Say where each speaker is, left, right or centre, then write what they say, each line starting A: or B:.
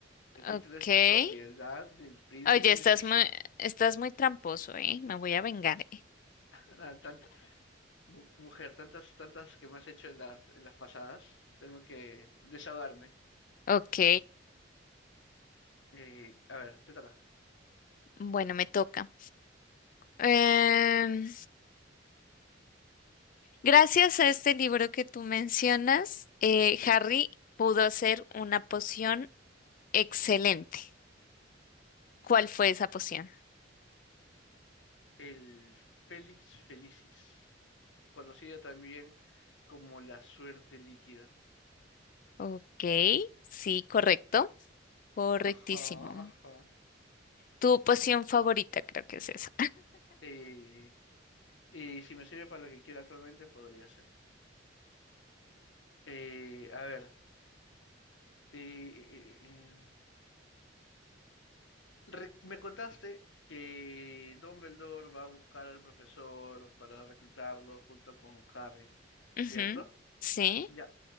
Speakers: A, on the left (about 75°); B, on the left (about 45°).
A: El título
B: Ok.
A: es Propiedad del Príncipe
B: Oye, estás
A: Mestizo.
B: muy,
A: <laughs>
B: estás muy tramposo, ¿eh? Me voy a vengar, ¿eh?
A: Ah, tant- mu- mujer, tantas, tantas que me has hecho en las, en las pasadas. Tengo que desahogarme.
B: Ok.
A: Eh, a ver, te toca.
B: Bueno, me toca. Em, gracias a este libro que tú mencionas, eh, Harry pudo hacer una poción excelente. ¿Cuál fue esa poción?
A: El Félix Felicis, conocida también como la suerte líquida.
B: Ok, sí, correcto. Correctísimo.
A: Ajá, ajá.
B: Tu poción favorita, creo que es esa.
A: Eh, y si me sirve para lo que quiero actualmente, podría ser. Eh, a ver. eh, eh, eh, eh, Re- me contaste que Dumbledore va a buscar al profesor para reclutarlo junto con Harry,
B: <laughs>
A: ¿cierto?
B: Ujú, Sí.
A: Ya.